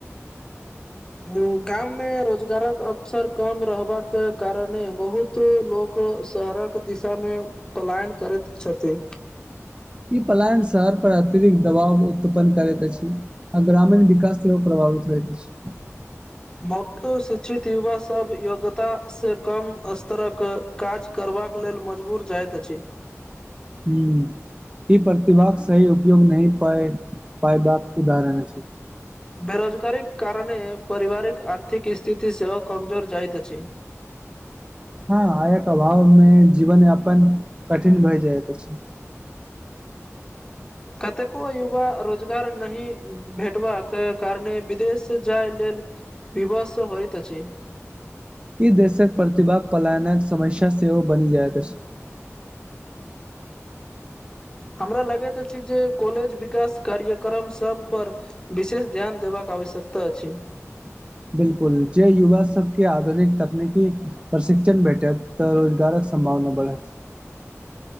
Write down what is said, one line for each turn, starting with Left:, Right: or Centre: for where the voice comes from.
Left: हूं गाममे रोजगारक अवसर कम रहबाके कारणे बहुत त लोको शहरक दिशा में पलायन करैत छथि
Right: ई पलायन शहर पर अतिरिक्त दबाव उत्पन्न करैत अछि आ ग्रामीण विकास सेहो प्रभावित होइत अछि
Left: <unintelligible> शिक्षित युवा सब योग्यता से कम स्तरक काज करबाक लेल मजबूर जाइत अछि
Right: हूं ई प्रतिभाक सही उपयोग नहि पाय पाएबाक उदाहरण अछि
Left: बेरोजगारीक कारणे पारिवारिक आर्थिक स्थिति सेहो कमजोर जाइत अछि
Right: हँ आयक अभाव मे जीवनयापन कठिन भए जाइत अछि
Left: कतेको युवा रोजगार नहि भेटबाक कारणे बिदेश जाय लेल बिबस होयत अछि
Right: ई देशक प्रतिभा पलायनक समस्या सेहो बनि जाइत अछि
Left: हमरा लगैत अछि जे कॉलेज विकास कार्यक्रम सभ पर बिशेष ध्यान देबाक आवश्यकता अछि
Right: बिल्कुल जे युवा सभके आधुनिक तकनीकी प्रशिक्षण भेटत तऽ रोजगारक सम्भावना बढ़त